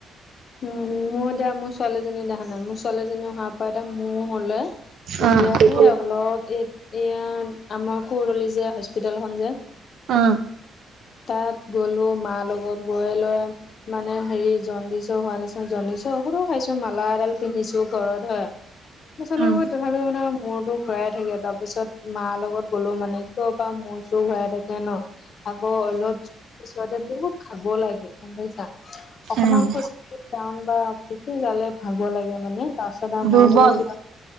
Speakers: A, on the left (about 50°); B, on the right (about 75°).
A: উ মোৰ এতিয়া মোৰ ছোৱালীজনী দেখা নাই মোৰ ছোৱালীজনী হোৱাৰ পৰা এতিয়া মোৰ হলে
B: উম,
A: এতিয়া সে অলপ এই এয়া আমাৰ কুৰদলি যে হস্পিতেল খন যে
B: অ
A: তাত গ'লো মাৰ লগত গৈ লৈ মানে হেৰি জণ্ডিচ হোৱা নাছিল জণ্ডিচৰ দৰপো খাইছো মালা এডাল পিন্ধিছো ঘৰত হয় নচান
B: উম,
A: তথাপিও মানে মূৰতো ঘূৰাই থাকে তাৰপিছত মাৰ লগত গলো মানে আগৰপৰা মূৰ চুৰ ঘূৰাই থাকে ন আগৰ অলপ ওচৰতে বহুত খাব লাগে গম পাইছা অকমান
B: উম,
A: পইচা টাউন বা যটো যালে ভাগৰ লাগে মানে তাৰ পাছত আৰু
B: দুৰ্বল
A: মই বোলে ক